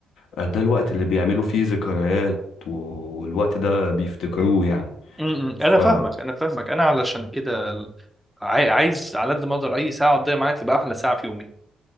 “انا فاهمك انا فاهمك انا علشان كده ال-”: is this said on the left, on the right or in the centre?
Centre